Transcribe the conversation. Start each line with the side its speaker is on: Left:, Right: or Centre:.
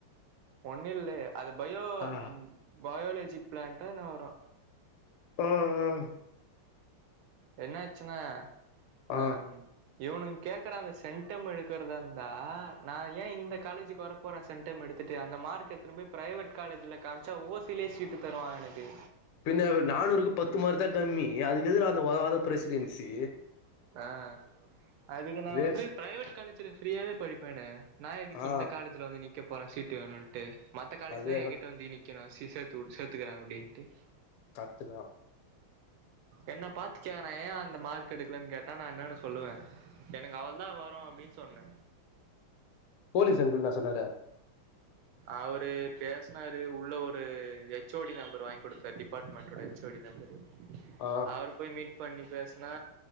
Right: ஒண்ணு இல்ல அது பயோ
Left: ஆ
Right: பயோலஜி பிளான்டோ வரு
Left: அஹ் அஹ்
Right: என்ன ஆச்சுன்னா
Left: ஆ
Right: அம் இவனுங் கேட்கற அந்த சென்டம் எடுக்கிறதா இருந்தா நான் ஏ இந்த காலேஜுக்கு வர போறே சென்டம் எடு எத்துட்டு அந்த மார்க் எடுத்தினு போய் பிரைவேட் காலேஜ்ல காம்ச்சா ஓசிலே சீட்டு தருவா எனக்கு
Left: பின்ன நானூறுக்கு பத்து மார்க்தா கம்மி அதுக்கு எதுக்குடா அந்த உதவாத பிரசிடென்சி
Right: ஆ அதுக்கு நா
Left: வேஸ்ட்
Right: வந்து பிரைவேட் காலேஜ்ல ஃப்ரீயாவே படிப்பேனே நா எதுக்கு
Left: ஆ
Right: இந்த காலேஜ்ல வந்து நிக் க போறே சீட்டு வேணுன்ட்டு மத்த காலேஜ்தா
Left: அதேதான்
Right: என்கிட்ட வந்து நிக்கணு சி சேத்துவிடு சேத்துக்குரே அப்டின்ட்டு
Left: கர்ட்டுதா
Right: என்ன பாத்துக் கேக்குறா ஏ அந்த மார்க் எடுக்கலன்னு கேட் ட்டா நா என்னன்னு சொல்லுவே எனக்கு அவ்ளதா வரு அப்டின்னு சொன்னே
Left: போலீஸ் அங்கிள் என்ன சொன்னாரு
Right: அவரு பேசுனார் உள்ள ஒரு ஹெச் ஓ டி நம்பர் வாங்கி குடுத்தார் டிபார்ட்மெண்டோட ஹெச் ஓ டி நம்பரு
Left: ஆ
Right: அவரு போய் மீட் பண்ணி பேசுனா